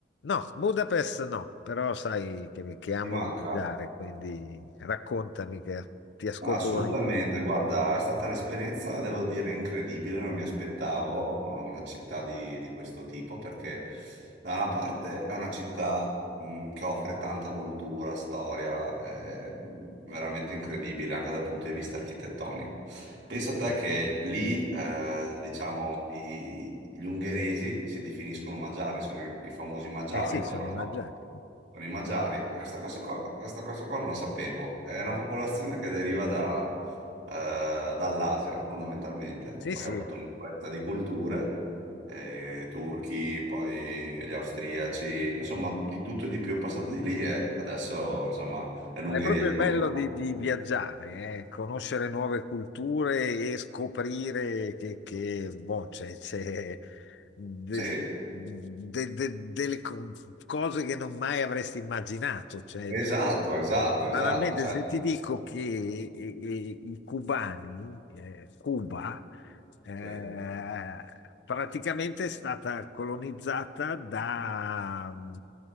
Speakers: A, on the left; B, on the right.
A: No, Budapest no, però sai che, che amo
B: Ti manca?
A: viaggiare, quindi raccontami che ti ascolto
B: Assolutamente,
A: volentieri.
B: guarda, è stata un'esperienza, devo dire, incredibile, non mi aspettavo eh, una città di, di questo tipo, perché da una parte è una città mh, che offre tanta cultura, storia, è veramente incredibile anche dal punto di vista architettonico. Pensa
A: Sì.
B: a te che lì, eh, diciamo, i- gli ungheresi si definiscono magiari, sono i, i famosi magiari
A: Eh sì,
B: loro,
A: sono in
B: no?
A: viaggiare.
B: Sono i Magiari. E Questa cosa qua, questa cosa qua non la sapevo. È una popolazione che deriva da, eh, dall'Asia, fondamentalmente.
A: Sì,
B: Poi
A: sì.
B: ha avuto un'influenza di culture, eh, turchi, poi gli austriaci, insomma, di tutto e di più è passato di lì e adesso, insomma, è l'Ungheria
A: Ma è proprio
B: che
A: il
B: conosciamo.
A: bello di, di viaggiare, eh, Conoscere nuove culture e scoprire che, che, boh, c'è c'è de-
B: Sì,
A: de- de- delle co- cose che non mai avresti immaginato. Cioè,
B: esatto,
A: d-
B: esatto,
A: banalmente,
B: esatto. Cioè,
A: se ti dico che eh, eh, i cubani, eh, Cuba, eh,
B: sì.
A: praticamente è stata colonizzata da, mm,